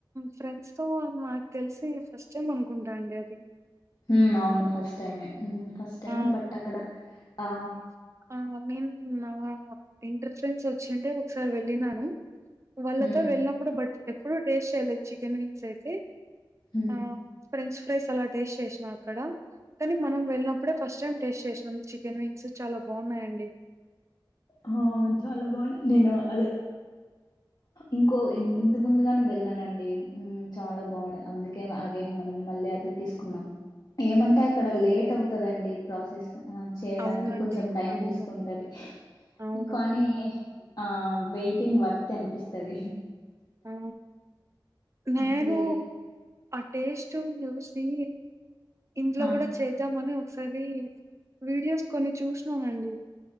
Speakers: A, on the right; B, on the left.
A: ఫ్రెండ్స్ తో నాకు తెలిసి ఫస్ట్ టైమ్ అనుకుంటా అండి అది
B: ఉమ్ అవును ఫస్ట్ టైమ్ ఫస్ట్ టైమ్
A: ఆ!
B: బట్ అక్కడ ఆ
A: ఆ నేన్ నా ఇంటర్ ఫ్రెండ్స్ వచ్చింటే ఒకసారి వెళ్ళినను వాళ్ళతో
B: హ్మ్
A: వెళ్ళినప్పుడు బట్టి ఎప్పుడు టేస్ట్ చేయ్యలేదు చికెన్ వింగ్స్ అయితే
B: హ్మ్
A: ఆహ్, ఫ్రెంచ్ ఫ్రైస్ అలా టేస్ట్ చేసినా అక్కడ కాని మనం వెళ్ళిన యాప్ ఫస్ట్ టైం టేస్ట్ చేసాం న్వస్ చాలా బాగున్నాయండి
B: ఆ చాలా బాగున్నాయి నేను అదే ఇంకో ఇంత ముందుగానే వెళ్ళనండి చాలా బాగున్నాయి అందుకే అగైన్ మనం మళ్ళీ అది తీసుకున్నాం ఏమంటే అక్కడ
A: ఆ!
B: లేట్ అవుతుందిండి ప్రాసెస్ చేయడానికి
A: అవునండి.
B: కొంచెం టైం
A: అవును.
B: తీసుకుంటుంది
A: అవును.
B: కొనే ఆ ఆ వెయిటింగ్ వర్తి అనిపిస్తుది
A: ఆ నేను
B: అసలు ఇగ
A: అ టేస్టి చుస్ సే ఇంట్లో
B: హా
A: కూడా చేద్దామని ఒకాసరి వీడియోస్ కొన్ని చూసినామండి